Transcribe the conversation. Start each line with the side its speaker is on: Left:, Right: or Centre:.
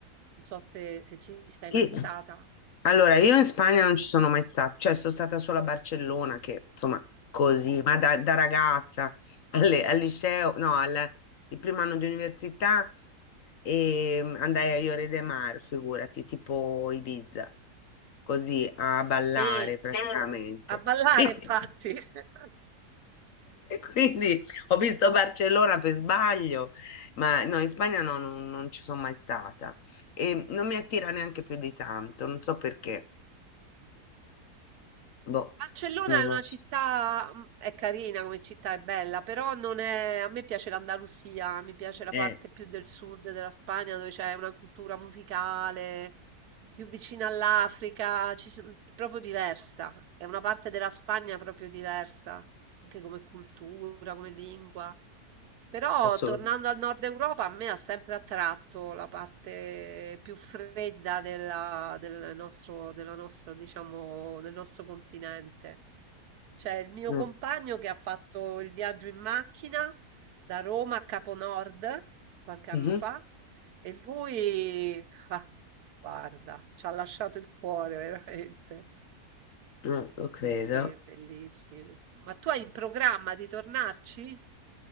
Right: Non so se, se ci sei
Left: Io-
Right: mai stata.
Left: Allora, io in Spagna non ci sono mai stata, cioè sono stata solo a Barcellona, che insomma così, ma da, da ragazza alle- al liceo, no, al il primo anno di università e mm, andai a Lloret de Mar, figurati, tipo Ibiza, così a ballare
Right: Se
Left: Sì. praticamente.
Right: a ballare,
Left: <laughs>
Right: infatti.
Left: Quindi,
Right: <laughs>
Left: quindi ho visto Barcellona per sbaglio, ma no, in Spagna no, non non ci sono mai stata e non mi attira neanche più di tanto, non so perché. Boh,
Right: Barcellona
Left: non
Right: è una
Left: lo so.
Right: città, mm, è carina come città, è bella, però non è, a me piace l'Andalusia, mi piace la
Left: Eh,
Right: parte più del sud della Spagna dove c'è una cultura musicale più vicina all'Africa, ci son- è proprio diversa. È una parte della Spagna proprio diversa, anche come cultura, come lingua. Però
Left: assolutamente.
Right: tornando al nord Europa, a me ha sempre attratto la parte più fredda della, del nostro, della nostro, diciamo, del nostro continente. C'è il mio
Left: Mm,
Right: compagno che ha fatto il viaggio in macchina da Roma a Capo Nord qualche anno
Left: mhm,
Right: fa e lui, ah, guarda, ci ha lasciato il cuore <laughs> veramente.
Left: No, lo
Right: Sì,
Left: credo.
Right: sì, è bellissimo. Ma tu hai in programma di tornarci?